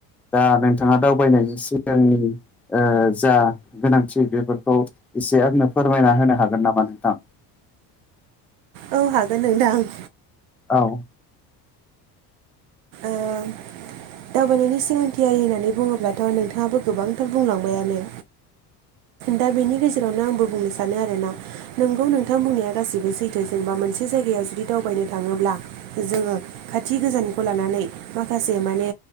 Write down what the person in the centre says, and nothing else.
दा नोंथाङा दावबायनायनायनि सिगांनि ओ जा गोनांथि बेफोरखौ एसे आंनो फोरमायना होनो हागोन नामा नोंथां?
औ